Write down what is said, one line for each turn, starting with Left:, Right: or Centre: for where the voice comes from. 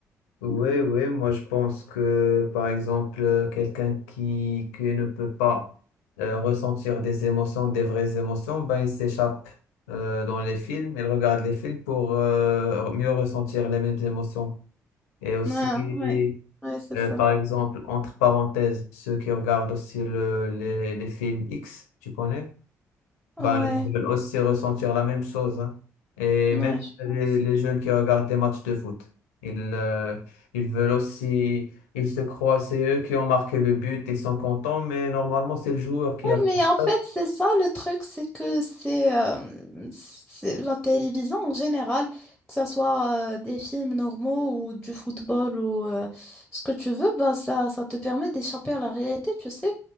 Left: Oui, oui, moi je pense que par exemple, euh, quelqu'un qui, qui ne peut pas euh, ressentir des émotions, des vraies émotions, ben il s'échappe euh, dans les films, il regarde les films pour euh, mieux ressentir les mêmes émotions. Et aussi,
Centre: Ouais, ouais, ouais, c'est
Left: Euh,
Centre: ça.
Left: par exemple, entre parenthèses, ceux qui regardent aussi le, les, les films X, tu connais,
Centre: Ouais,
Left: ben, ils veulent aussi ressentir la même chose. hein. Et
Centre: ouais,
Left: même
Centre: je
Left: les,
Centre: pense.
Left: les jeunes qui regardent des matchs de foot, ils, euh, ils veulent aussi, ils se croient, c'est eux qui ont marqué le but, ils sont contents, mais normalement, c'est le joueur qui
Centre: Oui,
Left: a fait
Centre: mais
Left: ça.
Centre: en fait, c'est ça le truc, c'est que c'est euh, c'est la télévision en général, que ce soit euh, des films normaux ou du football ou euh, ce que tu veux, bah, ça, ça te permet d'échapper à la réalité, tu sais.